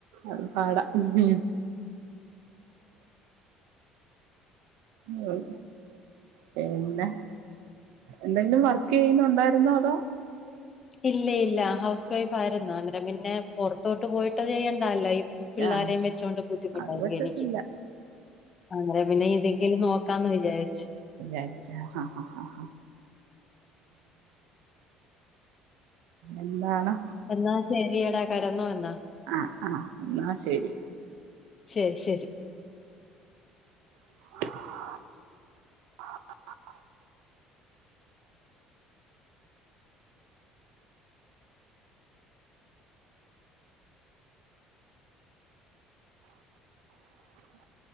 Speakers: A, on the right (about 85°); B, on the left (about 30°).
A: അത് പാടാ ഹലോ ഓഹ് പിന്നെ എന്തെങ്കിലും വർക്കെയ്യുന്നുണ്ടാരുന്നോ അതോ
B: ഇല്ല ഇല്ല ഹൗസ് വൈഫ് ആയിരുന്നു അന്നേരം പിന്നെ പുറത്തോട്ട് പോയിട്ട് ചെയ്യണ്ടാല്ലോ പിള്ളാരേം
A: ആഹ്
B: വെച്ചൊണ്ട് ബുദ്ധിമുട്ടാ
A: അത് പറ്റത്തില്ല
B: എനിക്ക് അങ്ങനെ പിന്നെ എന്തെങ്കിലും നോക്കാന്ന് വിചാരിച്ചു
A: വിചാരിച്ചു ആഹ് ആഹ് ആഹ് എന്താണ്
B: എന്നാ ശെരി എടാ കടന്നു വന്നാ
A: ആഹ് ആഹ് എന്നാ ശരി
B: ശരി ശരി
A: <inaudible> <inaudible>